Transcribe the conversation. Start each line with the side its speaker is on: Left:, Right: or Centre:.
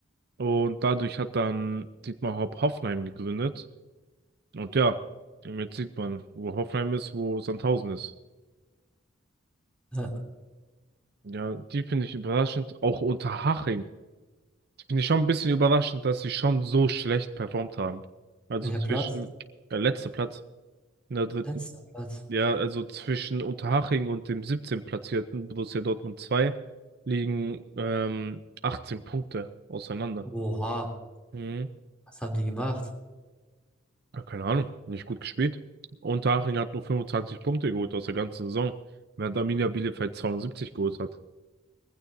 Right: Und dadurch hat dann Dietmar Hopp Hoffenheim gegründet. Und ja, jetzt sieht man, wo Hoffenheim ist, wo Sandhausen ist.
Centre: Ja.
Right: Ja, die finde ich überraschend. Auch Unterhaching. Die finde ich schon ein bisschen überraschend, dass sie schon so schlecht performt haben. Also
Centre: Welcher
Right: zwischen
Centre: Platz?
Right: der letzte Platz. In der dritten,
Centre: Letzter Platz.
Right: ja, also zwischen Unterhaching und dem 17. platzierten Borussia Dortmund 2 liegen ähm, 18 Punkte auseinander.
Centre: Oha.
Right: Mhm.
Centre: Was haben die gemacht?
Right: Ja, keine Ahnung, nicht gut gespielt. Unterhaching hat nur 25 Punkte geholt aus der ganzen Saison, während Arminia Bielefeld 72 geholt hat.